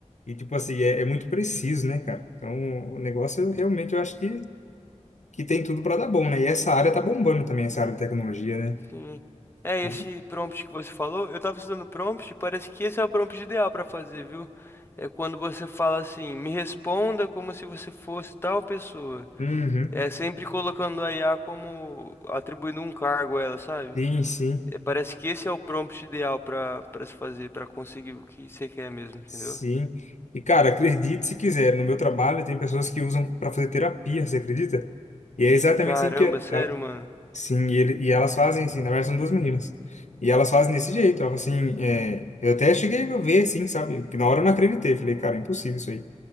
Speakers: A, on the left (about 75°); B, on the left (about 20°).
A: E, tipo assim, é, é muito preciso, né, cara? Então, o negócio, realmente, eu acho que, que tem tudo para dar bom, né? E essa área tá bombando também, essa área de tecnologia, né?
B: Sim. É, esse
A: A gente-
B: prompt que você falou, eu tava estudando prompt e parece que esse é o prompt ideal pra fazer, viu? É quando você fala assim, me responda como se você fosse tal pessoa.
A: Uhum.
B: É sempre colocando a IA como atribuindo um cargo a ela, sabe?
A: Sim, sim.
B: É, parece que esse é o prompt ideal pra para se fazer, pra conseguir o que você quer mesmo, entendeu?
A: Sim. E, cara, acredite se quiser, no meu trabalho tem pessoas que usam para fazer terapia, você acredita? E é exatamente
B: Caramba,
A: assim que é,
B: sério,
A: ela,
B: mano.
A: sim, e, ele, e elas fazem assim, na verdade são duas meninas. E elas fazem desse jeito, ela fala assim, é, eu até cheguei a ver assim, sabe? Que na hora eu não acreditei, falei, cara, é impossível isso aí.